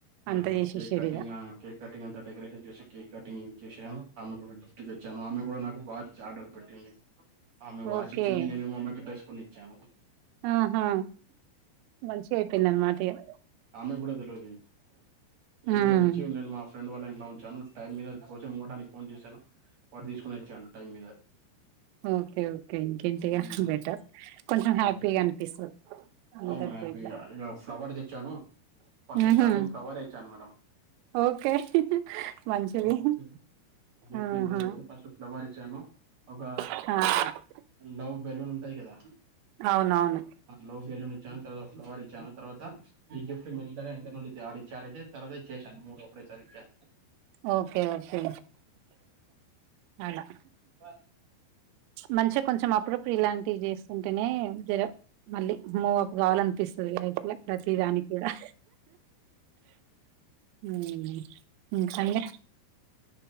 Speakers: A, on the right; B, on the right.
A: ఆ
B: అంత చేసేసిర్రు
A: కేక్ కటింగా
B: ఇగ
A: ఐ కేక్ కటింగ్ అంతా డెకరేషన్ చేసి కేక్ కటింగ్ చేసాను ఆమెకొక గిఫ్ట్ తెచ్చాను ఆం కూడా నాకు వాచ్ ఆర్డర్ పెట్టింది ఆమె వాచ్
B: ఓకే
A: ఇచ్చింది నేనేమో అమెకి డ్రెస్ కొనిచ్చాను
B: ఆహా మంచిగా అయిపోయిందనమాట ఇగ
A: ఆమెకి కూడా తెల్వది నేను
B: ఉమ్
A: కూడా తెచ్చి నేను మా ఫ్రెండ్ వాళ్ళ ఇంట్లో ఉంచాను టైం మీద కోసం ఇవ్వటానికి ఫోన్ చేశాను వాటి తీసుకొని వచ్చాను టైం మీద
B: ఓకే ఓకే ఇంకేంటిగ
A: మ్మ్
B: బెటర్ కొంచెం
A: మ్మ్
B: హ్యాపీగా అన్పిస్త అందరితో
A: అవును హ్యాపీగా
B: ఇట్లా
A: ఇక ఫ్లవర్ తెచ్చాను ఫస్ట్
B: ఆహా
A: స్టార్టింగ్ ఫ్లవర్ ఇచ్చాను మేడం
B: ఓకే మంచిది
A: ఫ్లవర్ ఇచ్చాను గిఫ్ట్
B: ఆహా
A: ఏమి ఇవ్వలేదు ఫస్ట్ ఫ్లవర్ ఇచ్చాను ఒక
B: హా
A: లవ్ బెలూన్ ఉంటాది కదా
B: అవునవును
A: లవ్ బెలూన్ ఇచ్చాను తర్వా ఫ్లవర్స్ ఇచ్చాను తరువాత ఈ గిఫ్ట్ మెల్గా ఎనుక నుండి తారు ఇచ్చాడైతే తర్వాత చేశాను మూడు ఒకటెసారి ఇచ్చాను
B: ఓకే ఓకే అలా
A: బస్
B: మంచిగా కొంచెం అప్పుడుప్పుడు ఇలాంటివి చేస్తుంటేనే జర మళ్ళీ మూవప్ కావాలనిపిస్తుంది అయితుగా ప్రతి దానికి కూడా తే ఇంకండి